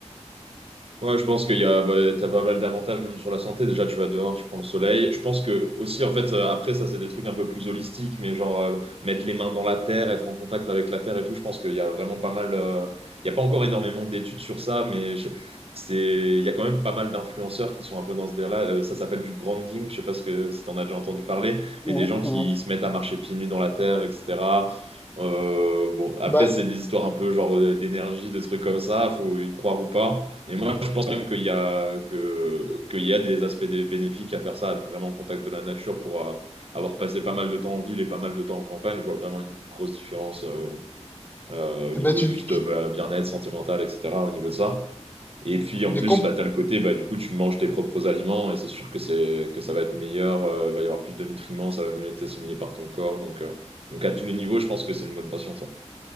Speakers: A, on the right (about 55°); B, on the left (about 15°).
A: Ouais, je pense qu'il y a, bah, t'as pas mal d'avantages même sur la santé. Déjà, tu vas dehors, tu prends le soleil. Je pense que aussi, en fait, euh, après, ça, c'est des trucs un peu plus holistiques, mais genre euh, mettre les mains dans la terre, être en contact avec la terre et tout. Je pense qu'il y a vraiment pas mal. euh, Il y a pas encore énormément d'études sur ça, mais je- c'est, il y a quand même pas mal d'influenceurs qui sont un peu dans ce délire-là. Euh, ça s'appelle du grounding. Je sais pas ce que, si t'en as déjà entendu parler, mais
B: Ou,
A: des gens qui
B: ou,
A: se mettent à marcher pieds nus dans la terre, etc. Euh, bon, après,
B: bah,
A: c'est des histoires un peu genre euh, d'énergie, de trucs comme ça. Faut y croire ou pas. Mais moi, je pense quand même qu'il y a, que, qu'il y a des aspects des- bénéfiques à faire ça, à être vraiment en contact de la nature pour euh, avoir passé pas mal de temps en ville et pas mal de temps en campagne. Je vois vraiment une grosse différence euh, euh, au niveau
B: bah tu,
A: juste
B: tu-
A: euh, bah, bien-être sentimental, etc., au niveau de ça. Et puis,
B: mais
A: en plus, bah, tu as le côté, bah, du coup, tu manges tes propres aliments et c'est sûr que, c'est, que ça va être meilleur, euh, il va y avoir plus de nutriments, ça va mieux être assimilé par ton corps. Donc, euh, donc à tous les niveaux, je pense que c'est une bonne passion, ça.